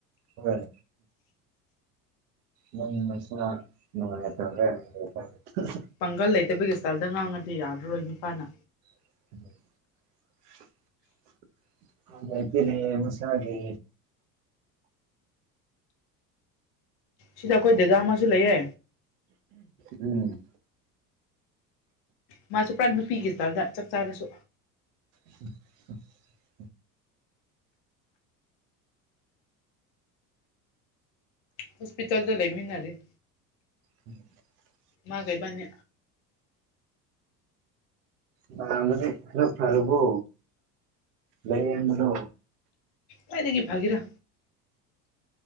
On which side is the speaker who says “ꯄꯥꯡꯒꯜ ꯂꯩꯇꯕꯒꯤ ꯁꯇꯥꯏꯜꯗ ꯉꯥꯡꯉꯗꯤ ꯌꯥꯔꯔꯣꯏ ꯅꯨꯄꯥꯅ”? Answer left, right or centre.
Left